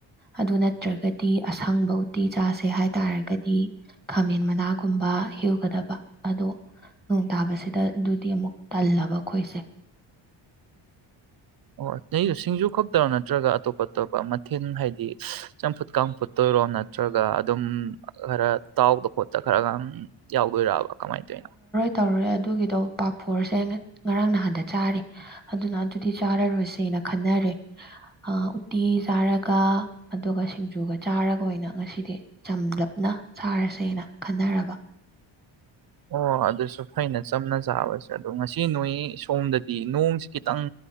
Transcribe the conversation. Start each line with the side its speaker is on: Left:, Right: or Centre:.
Centre: ꯑꯗꯨ ꯅꯠꯇ꯭ꯔꯒꯗꯤ ꯑꯁꯪꯕ ꯎꯇꯤ ꯆꯥꯁꯦ ꯍꯥꯏꯇꯥꯔꯒꯗꯤ ꯈꯥꯃꯦꯟ ꯃꯅꯥꯒꯨꯝꯕ ꯍꯦꯛꯎꯒꯗꯕ ꯑꯗꯣ ꯅꯣꯡ ꯇꯥꯕꯁꯤꯗ ꯑꯗꯨꯗꯤ ꯑꯃꯨꯛ ꯇꯜꯂꯕ ꯑꯈꯣꯏꯁꯦ꯫
Right: ꯑꯣ ꯅꯩꯗꯨ ꯁꯤꯡꯖꯨ ꯈꯛꯇꯔꯣ ꯅꯠꯇ꯭ꯔꯒ ꯑꯇꯣꯞ ꯑꯇꯣꯞꯄ ꯃꯊꯦꯜ ꯍꯥꯏꯗꯤ ꯆꯝꯐꯨꯠ ꯀꯥꯡꯐꯨꯠꯇꯣꯏꯔꯣ ꯅꯠ ꯅꯠꯇ꯭ꯔꯒ ꯑꯗꯨꯝ ꯈꯔ ꯇꯥꯎꯗ ꯈꯣꯠꯇ ꯈꯔꯒꯥꯡ ꯌꯥꯎꯗꯣꯏꯔꯕ ꯀꯃꯥꯏꯟ ꯇꯧꯏꯅꯣ꯫
Centre: ꯇꯧꯔꯔꯦ ꯑꯗꯨꯒꯤꯗꯣ ꯄꯥꯐꯣꯔꯁꯦ ꯉꯔꯥꯡ ꯅꯍꯥꯟꯗ ꯆꯥꯔꯤ꯫ ꯑꯗꯨꯅ ꯑꯗꯨꯗꯤ ꯆꯥꯔꯔꯣꯏꯁꯦꯅ ꯈꯟꯅꯔꯦ꯫ ꯎꯇꯤ ꯆꯥꯔꯒ ꯑꯗꯨꯒ ꯁꯤꯡꯖꯨꯒ ꯆꯥꯔꯒ ꯑꯣꯏꯅ ꯉꯁꯤꯗꯤ꯫ ꯆꯝꯂꯞꯅ ꯁꯥꯔꯁꯦꯅ ꯈꯟꯅꯔꯕ꯫
Right: ꯑꯣ ꯑꯗꯨꯁꯨ ꯐꯩꯅ ꯆꯝꯅ ꯆꯥꯕꯁꯦ ꯑꯗꯣ ꯉꯁꯤ ꯅꯣꯏ ꯁꯣꯝꯗꯗꯤ ꯅꯣꯡꯁꯤ ꯈꯤꯇꯪ꯫